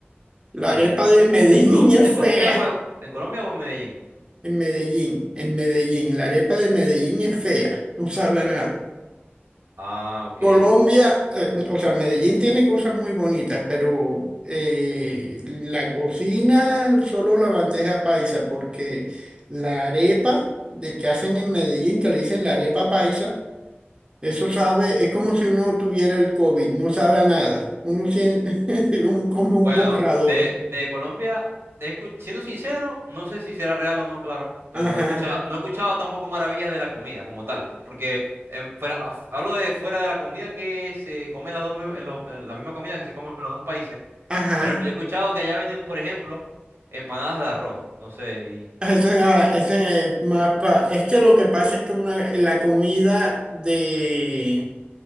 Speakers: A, on the right; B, on the right.
A: La
B: En,
A: arepa de Medellín
B: en Colombia,
A: <laughs> es
B: en
A: fea.
B: Colombia o en, en Colombia o en Medellín.
A: En Medellín, en Medellín. La arepa de Medellín es fea, no sabe a nada.
B: Ah, ok.
A: Colombia, eh, o sea, Medellín tiene cosas muy bonitas, pero eh, la cocina, solo la bandeja paisa, porque la arepa de que hacen en Medellín, que le dicen la arepa paisa, eso sabe, es como si uno tuviera el COVID, no sabe a nada. Uno siente <laughs> un- como un
B: Bueno,
A: borrador.
B: de, de Colombia, he escu- siendo sincero, no sé si será real o no, claro, pero
A: Ajá,
B: he escuchado, no he escuchado tampoco maravillas de la comida como tal, porque en fuera, af- hablo de fuera de la comida que se come en, las dos, mi- en lo- en la misma comida que se come en los dos países.
A: ajá.
B: Por ejemplo, yo he escuchado que allá venden, por ejemplo, empanadas de arroz, no sé, y,
A: Ese, ah, ese mapa, es que lo que pasa es que una, la comida de,